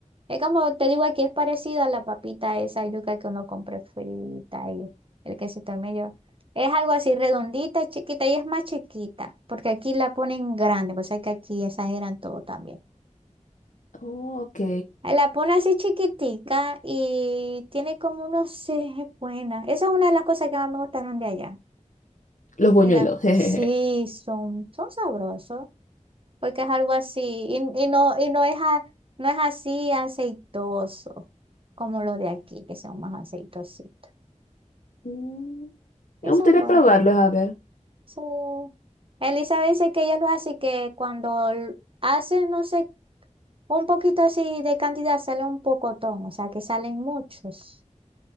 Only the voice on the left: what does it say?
oh, ok.
Los buñuelos.
<laughs> jejeje.
Mm,
Me gustaría
probarlos, a ver.